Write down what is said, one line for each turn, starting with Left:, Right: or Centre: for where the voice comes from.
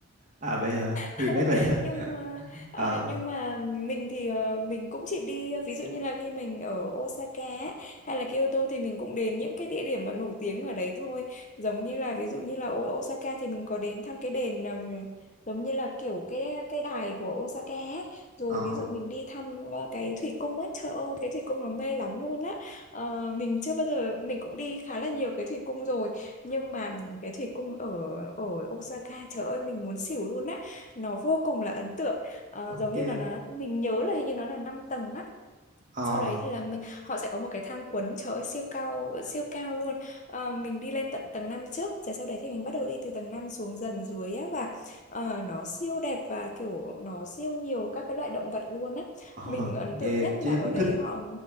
Right: à vậy hả? Huyền
Left: <laughs>
Right: nói vậy hả?
Left: nhưng mà à,
Right: Ờ,
Left: nhưng mà mình thì ờ, mình cũng chỉ đi ví dụ như là khi mình ở Osaka á, hay là Kyoto thì mình cũng đến những cái địa điểm mà nổi tiếng ở đấy thôi giống như là ví dụ như là ở Osaka thì mình có đến thăm cái đền ừm, giống như là kiểu cái cái đài của Osaka á. rồi
Right: ờ,
Left: ví dụ mình đi thăm ờ, cái thủy cung á trời ơi cái thủy cung nó mê lắm luôn á Ờ, mình chưa bao giờ mình cũng đi khá là nhiều cái thủy cung rồi nhưng mà cái thủy cung ở ở Osaka trời ơi mình muốn xỉu luôn á nó vô cùng là ấn tượng Ờ,
Right: ok,
Left: giống như là nó mình nhớ là hình như nó là 5 tầng á
Right: ờ,
Left: sau đấy thì là mình, họ sẽ có một cái thang cuốn trời ơi, siêu cao siêu cao luôn Ờ, mình đi lên tận tầng 5 trước rồi sau đấy thì mình bắt đầu đi từ tầng 5 xuống dần dưới á và ờ, nó siêu đẹp và kiểu nó siêu nhiều các cái loại động vật luôn á
Right: ờ,
Left: mình ấn
Right: nghe
Left: tượng nhất
Right: Chí
Left: là ở
Right: cũng
Left: đấy
Right: thích
Left: họ